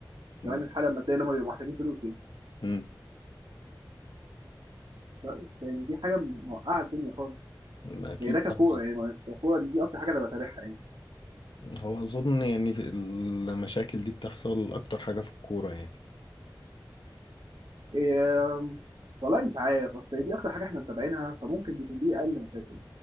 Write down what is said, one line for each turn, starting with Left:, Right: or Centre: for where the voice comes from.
Left: مم.
Right: كمان الحاله الماديه اللي هم بيبقوا محتاجين فلوس يعني
Left: مم.
Right: بس يعني دي حاجه موقعه الدنيا خالص
Left: اكيد
Right: يعني ده ككوره
Left: طبعا
Right: يعني ككوره دي اكتر حاجه انا بتابعها يعني
Left: هو اظن يعني في المشاكل دي بتحصل اكتر حاجه في الكوره يعني
Right: آمم، والله مش عارف، أصل هي دي أكتر حاجة إحنا متابعينها، فممكن تكون دي أقل مشاكل،